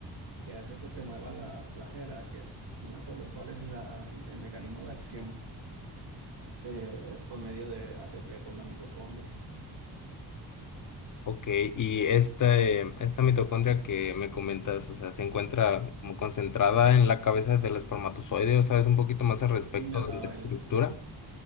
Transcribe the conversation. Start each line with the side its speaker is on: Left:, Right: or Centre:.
Right: que hace que se mueva la flagela, que no me acuerdo cuál es la- el, el mecanismo de acción, eh, es por medio de ATP por la mitocondria.
Left: Ok, y esta, eh, esta mitocondria que me comentas, o sea, se encuentra como concentrada en la cabeza del espermatozoide, ¿o sabes un poquito más al respecto
Right: No,
Left: de la estructura?
Right: en,